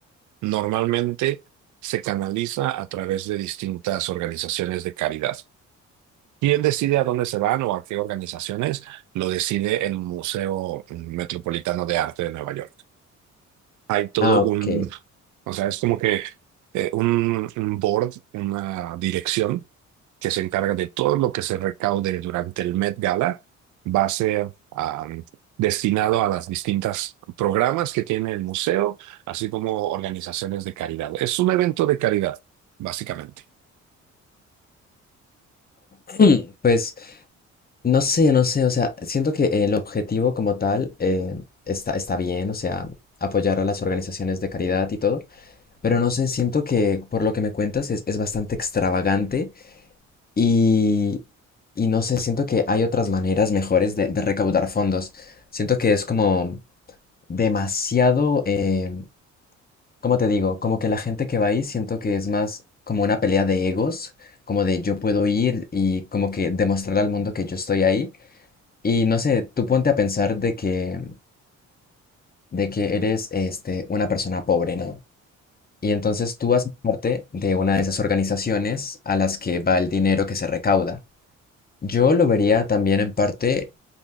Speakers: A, on the right (about 75°); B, on the left (about 30°).
A: normalmente se canaliza a través de distintas organizaciones de caridad. ¿Quién decide a dónde se van o a qué organizaciones? Lo decide el Museo Metropolitano de Arte de Nueva York. hay todo
B: Ah,
A: un,
B: ok.
A: o sea, es como que eh, un, un board, una dirección que se encarga de todo lo que se recaude durante el Met Gala, va a ser am, destinado a las distintas programas que tiene el museo, así como organizaciones de caridad. Es un evento de caridad, básicamente.
B: <clears throat> Pues no sé, no sé. O sea, siento que el objetivo como tal eh, está, está bien, o sea, apoyar a las organizaciones de caridad y todo. Pero no sé, siento que por lo que me cuentas es, es bastante extravagante Y, y no sé, siento que hay otras maneras mejores de, de recaudar fondos. Siento que es como demasiado, eh, ¿cómo te digo? Como que la gente que va ahí siento que es más como una pelea de egos, como de yo puedo ir y como que demostrar al mundo que yo estoy ahí. Y no sé, tú ponte a pensar de que, de que eres este, una persona pobre, ¿no? Y entonces tú haces parte de una de esas organizaciones a las que va el dinero que se recauda. Yo lo vería también en parte